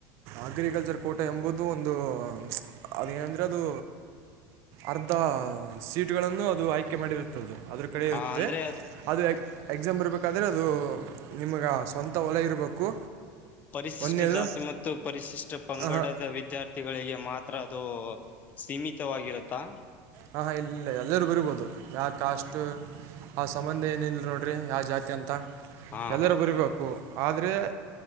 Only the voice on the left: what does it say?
ಹ
ಅಂದ್ರೆ
ಪರಿಶಿಷ್ಟ
ಜಾತಿ ಮತ್ತು ಪರಿಶಿಷ್ಟ ಪಂಗಡದ
ವಿದ್ಯಾರ್ಥಿಗಳಿಗೆ ಮಾತ್ರ ಅದು ಸೀಮಿತವಾಗಿರತ್ತಾ
ಹಾ
ಹಾ